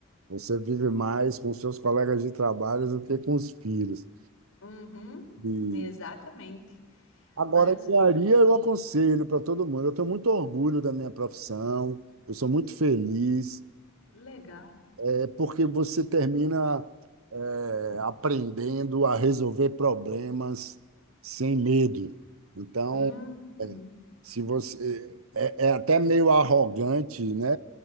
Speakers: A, on the right; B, on the left.
A: você vive mais com seus colegas de trabalho do que com os filhos.
B: Uhum,
A: E
B: exatamente.
A: agora,
B: Mas
A: engenharia eu aconselho para todo mundo. Eu tenho muito orgulho da minha profissão, eu sou muito feliz
B: legal.
A: É porque você termina eh, aprendendo a resolver problemas sem medo. Então,
B: Uhum.
A: eh, se você é, é até meio arrogante, né?